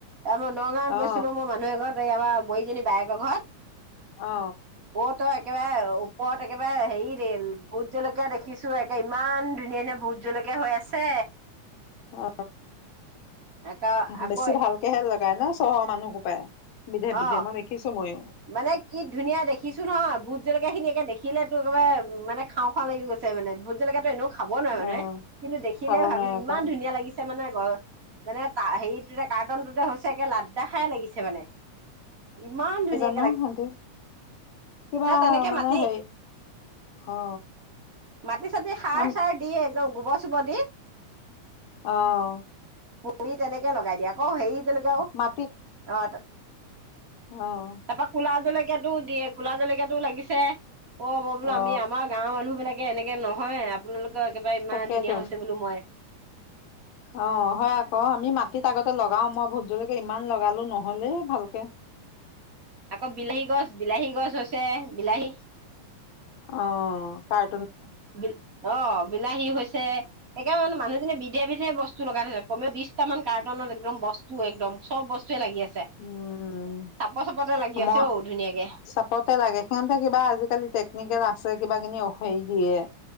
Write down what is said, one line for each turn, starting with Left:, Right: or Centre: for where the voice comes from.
Right: মই নগাঁৱত গৈছিলো
Left: অ
Right: মই মানুহ এঘৰত এই আমাৰ বোৱাৰীজনী বায়েকৰ ঘৰত
Left: অ
Right: কত ত একেবাৰে ওপৰত একেবাৰে হেৰি ৰেল ভোট জলকীয়া দেখিছো একে ইমান ধুনীয়া ধুনীয়া ভোট জলকীয়া হৈ আছে
Left: অ
Right: আকৌ আকৌ
Left: বেছি ভালকেহে লগায় ন চহৰৰ মানুহ সোপায় বিধে
Right: অ
Left: বিধে মই দেখিছো ময়ো
Right: মানে কি ধুনীয়া দেখিছো নহয় ভোট জলকীয়া খিনি একে দেখিলে তো একেবাৰে মানে খাওঁ খাওঁ লাগি গৈছে মানে ভোট জলকীয়াটো এনেও খাব নোৱাৰে মানুহে
Left: অ
Right: কিন্তু দেখিলে
Left: খাব
Right: ভাবিছ
Left: নোৱাৰে আকৌ,
Right: ইমান ধুনীয়া লাগিছে মানে গ মানে তা হেৰিটোতে কাৰ্টনটোতে হৈছে একে লাড দেখাই লাগিছে মানে ইমান ধুনীয়া
Left: অ হব কিবা
Right: তেনেকে
Left: মানে
Right: মাটি
Left: সেই অ
Right: মাটি চাতি সাৰ
Left: আম
Right: চাৰ দিয়ে গুবৰ চোবৰ দি
Left: অহ
Right: ভৰিত তেনেকে লগাই দিয়ে আকৌ হেৰি জলকীয়াও
Left: মাটিত
Right: অ তাৰাপা
Left: অ'
Right: কোলা জলকীয়াটো দিয়ে কোলা জলকীয়াটো লাগিছে অ মই বোলো
Left: অ' অ,
Right: আমি আমাৰ গাঁৱৰ মানুহ বিলাকে এনেকে নহয় আপোনালোক একেবাৰে ইমান
Left: তাকেতো
Right: ধুনীয়া হৈছে বোলো মই <inaudible>
Left: অ হয় আকৌ আমি মাটিত আগতে লগ ও মই ভোটজলকীয়া ইমান লগা লগালো নহ'লে ভালকে
Right: আকৌ বিলাহী গছ বিলাহী গছ হৈ ছে বিলাহী
Left: অ পাই
Right: বি অ বিলাহী হৈছে একে মানে মানুহজনে বিধে বিধে বস্তু লগাই থৈছে কমে বিশটা মান কাৰ্টনত একদম বস্তু একদম চব বস্তুৱে লাগি আছে
Left: উম
Right: চাপৰ চাপৰতে লাগি আছে
Left: মই
Right: ঔ ধুনীয়াকে
Left: চাপতে লাগে সিহঁতে কিবা আজিকালি টেক এনেকে লাগছে কিবা কিনি সেৰি দিয়ে